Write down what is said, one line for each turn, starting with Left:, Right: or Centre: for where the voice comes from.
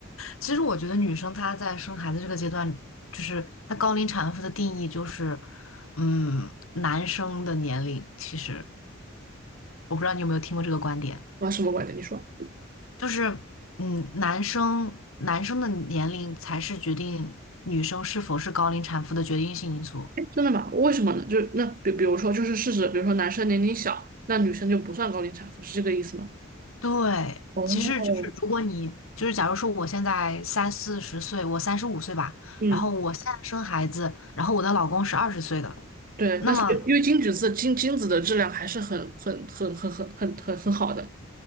Left: 其实我觉得女生她在生孩子这个阶段，就是她高龄产妇的定义就是，嗯，男生的年龄。其实我不知道你有没有听过这个观点，
Right: 我什么观点？你说？
Left: 就是，嗯，男生男生的年龄才是决定女生是否是高龄产妇的决定性因素。
Right: 哎，真的吗？为什么呢？就是那比比如说，就是事实，比如说男生年龄小，那女生就不算高龄产妇，是这个意思吗？
Left: 对，
Right: 哦，
Left: 其实就是如果你就是，假如说我现在三四十岁，我三十五岁吧，
Right: 嗯，
Left: 然后我现在生孩子，然后我的老公是二十岁的，
Right: 对，
Left: 那么
Right: 那是因为金子子金金子的质量还是很很很很很很很很好的。